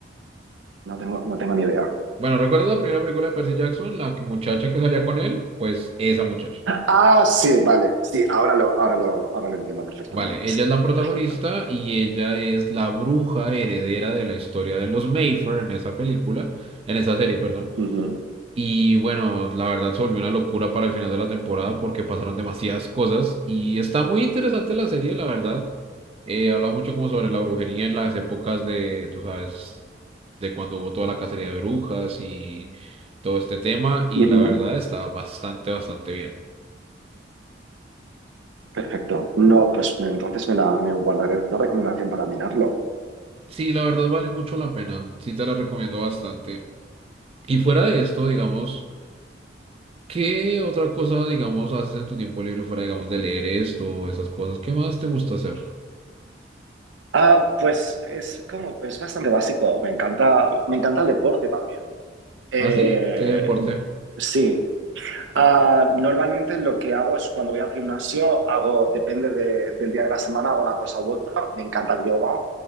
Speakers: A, on the right; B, on the right.
A: No tengo, no tengo ni idea.
B: Bueno, ¿recuerdas la primera película de Percy Jackson? La que- muchacha que salía con él, pues esa muchacha.
A: Ah, sí, vale. Sí, ahora lo, ahora lo, ahora lo entiendo perfectamente.
B: Vale,
A: Sí.
B: ella es la protagonista
A: Perfecto.
B: y ella es la bruja heredera de la historia de los Mayfair en esa película, en esa serie, perdón.
A: Ujú,
B: Y bueno, la verdad se volvió una locura para el final de la temporada porque pasaron demasiadas cosas y está muy interesante la serie, la verdad. Eh, habla mucho como sobre la brujería en las épocas de, tú sabes, de cuando hubo toda la cacería de brujas y todo este tema y
A: ujú.
B: la verdad está bastante, bastante bien.
A: Perfecto. No, pues me- entonces me la, me guardaré la recomendación para mirarlo.
B: Sí, la verdad vale mucho la pena, sí te la recomiendo bastante. Y fuera de esto, digamos, ¿qué otra cosa, digamos, haces en tu tiempo libre fuera, digamos, de leer esto, esas cosas? ¿Qué más te gusta hacer?
A: Ah, pues es como, es bastante básico. Me encanta, me encanta el deporte también. Eh,
B: ¿Así? ¿Qué deporte?
A: sí. Ah, normalmente lo que hago es cuando voy al gimnasio, hago, depende de- del día de la semana, hago una cosa u otra. Me encanta el yoga,